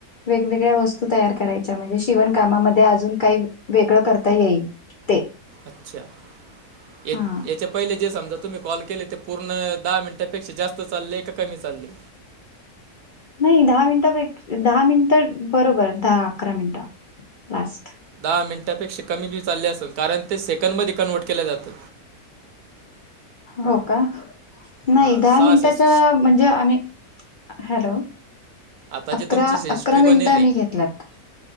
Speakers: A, on the left (about 50°); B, on the right (about 80°).
A: वेगवेगळ्या वस्तू तयार करायच्या म्हणजे शिवणकामामध्ये अजून काही वेगळं करता येईल. ते
B: अच्छा
A: हा
B: या याच्या पहिले जे समजा तुम्ही कॉल केले ते पूर्ण दहा मिनिटांपेक्षा जास्त चाललेय का कमी चालले?
A: नाही दहा मिनिटपैकी दहा मिनिटं बरोबर दहा, अकरा मिनिटं लास्ट.
B: दहा मिनिटांपेक्षा कमी बीव चालले असून कारण ते सेकंडमध्ये कन्व्हर्ट केले जात.
A: हो का नाही
B: हां
A: दहा
B: सहाशे
A: मिनिटाच्या म्हणजे आम्ही हॅलो.
B: आता जी
A: अकरा
B: तुमची हिस्ट्री
A: अकरा
B: बनेल
A: मिनिटं आम्ही
B: आहे
A: घेतल्यात